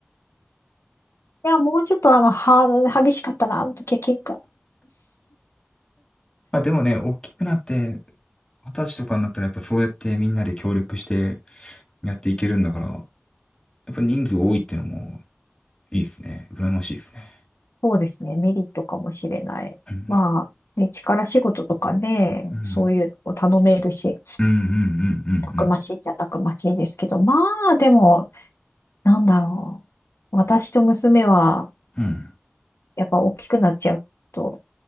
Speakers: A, on the left; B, on the left.
A: <laughs> いや、もうちょっとあの、は、激しかったな、あの時は喧嘩。
B: まあでもね、大きくなって、私とかになったらやっぱそうやってみんなで協力してやっていけるんだから、やっぱ人数多いってのもいいですね。羨ましいですね。
A: そうですね、メリットかもしれない。
B: うん。
A: まあ、ね、力仕事とかね、
B: うん。
A: そういうのを頼めるし、
B: うんうんうん
A: たくましいっちゃたくましいですけど、まあ、でも、なんだろう。私と娘は、
B: うんうん。うん。
A: やっぱ大きくなっちゃうと、